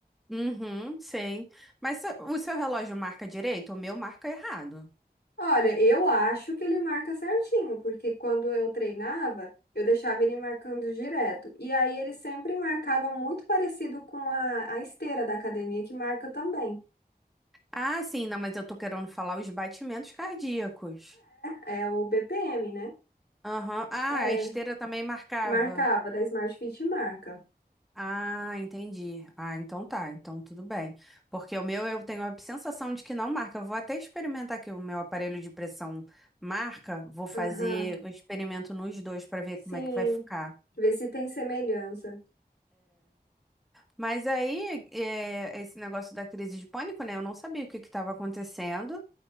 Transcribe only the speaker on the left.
Olha, eu acho que ele marca certinho, porque quando eu treinava, eu deixava ele marcando direto. E aí ele sempre marcava muito parecido com a, a esteira da academia, que marca também.
É, é o BPM, né?
É,
marcava, da Smart Fit marca.
Aham,
sim.
Ver se tem semelhança.